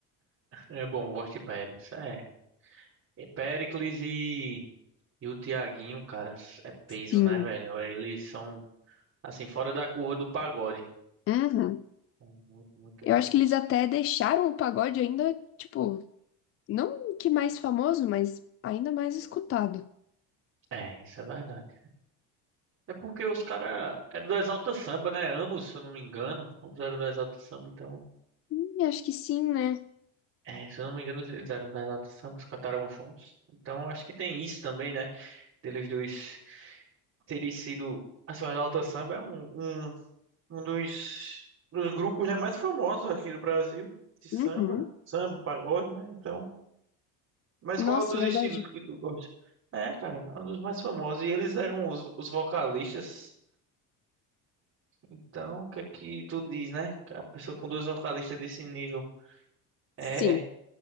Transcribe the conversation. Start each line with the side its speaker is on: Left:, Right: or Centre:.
Right: É bom, gosto de Périx. É. E Péricles e, e o Tiaguinho, cara, é peso,
Left: Sim.
Right: né, velho? Eles são, assim, fora da curva do pagode.
Left: Uhum.
Right: São Muito, muito
Left: Eu
Right: bons.
Left: acho que eles até deixaram o pagode ainda, tipo, não que mais famoso, mas ainda mais escutado.
Right: É, isso é verdade. É porque os caras eram do Exalta Samba, né? Ambos, se eu não me engano. Ambos eram do Exalta Samba, então.
Left: Hum, acho que sim, né?
Right: É, se eu não me engano, eles eram do Exalta Samba, eles cantaram juntos. Então, eu acho que tem isso também, né? Deles dois terem sido. Assim, o Exalta Samba é um, um Um dos, dos grupos, né, mais famosos aqui do Brasil, de samba,
Left: Uhum.
Right: samba, pagode, né? Então, mas
Left: Nossa,
Right: qual outros
Left: é verdade.
Right: estilos que tu gosta? É, cara, é um dos mais famosos e eles eram os, os vocalistas. Então, o que é que tu diz, né? A pessoa com dois vocalistas desse nível. É,
Left: Sim,
Right: é,